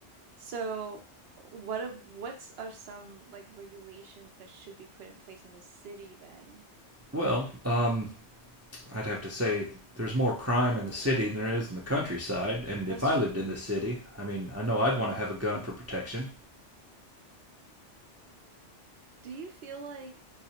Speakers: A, on the right (about 65°); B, on the right (about 20°).
A: So, what a, what's are some like regulations that should be put in place in the city then?
B: Well, um, I'd have to say there's more crime in the city than there is in the countryside, and
A: That's
B: if I
A: true.
B: lived in the city, I mean, I know I'd want to have a gun for protection.
A: Do you feel like